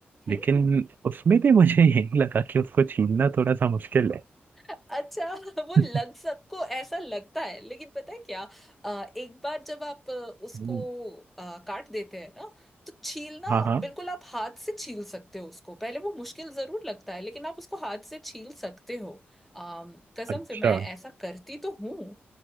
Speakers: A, in the centre; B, on the right.
A: हम्म
B: लेकिन उसमें भी मुझे <laughs> यही लगा कि उसको छीलना थोड़ा सा मुश्किल है
A: अच्छा <laughs> वो
B: <laughs>
A: लग सबको ऐसा लगता है लेकिन पता है क्या अ, एक बार जब आप अ, उसको
B: हम्म,
A: अ, काट देते हैं ना तो छीलना
B: हाँ हाँ
A: बिल्कुल आप हाथ से छील सकते हो उसको पहले वो मुश्किल जरूर लगता है लेकिन आप उसको हाथ से छील सकते हो अम, कसम
B: अच्छा
A: से मैं ऐसा करती तो हूँ